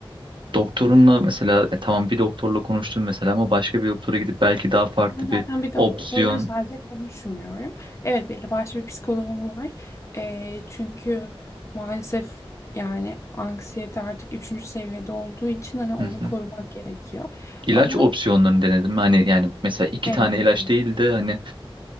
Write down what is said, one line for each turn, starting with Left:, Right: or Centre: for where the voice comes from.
Right: doktorunla mesela e, tamam bir doktorla konuştun mesela ama başka bir doktora gidip belki daha farklı
Left: Ben zaten
Right: bir
Left: bir doktorla
Right: opsiyon
Left: sadece konuşmuyorum. Evet belli başlı bir psikoloğum var. Ee, çünkü maalesef yani anksiyete artık üçüncü seviyede olduğu için hani onu
Right: Hı hı.
Left: korumak gerekiyor.
Right: ilaç
Left: Ama
Right: opsiyonlarını denedim. Hani yani mesela iki
Left: sevmedim.
Right: tane ilaç değil de hani